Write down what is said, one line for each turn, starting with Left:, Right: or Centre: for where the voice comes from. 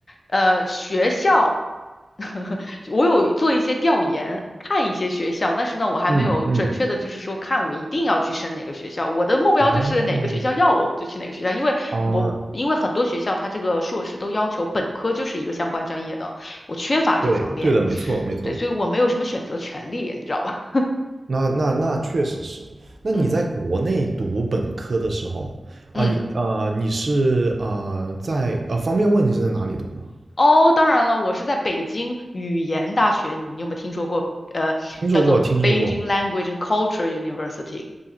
Left: 呃，学校。<laughs> 我有做一些调研，看一些学校，但是呢，我还没有准确的，
Right: 嗯嗯，
Left: 就是说看我一定要去升哪个学校。我的目标就是哪个学校要我，
Right: 哦
Left: 我就去哪个学校，因为我因为很多学校它这个硕士都要求本科就是一个相关专业的，
Right: 啊，
Left: 我缺乏这方面，
Right: 对对的，没错没错。
Left: 对，所以我没有什么选择权利，你知道吧？
Right: 那那那确实是。那你在国内读本科的时候，
Left: <laughs> 嗯
Right: 啊、
Left: 嗯。
Right: 你呃你是呃在呃方便问你是在哪里读吗？
Left: 哦，当然了，我是在北京语言大学，你你有没有听说过？呃，
Right: 听说过听说过
Left: 叫做 Beijing Language and Culture University。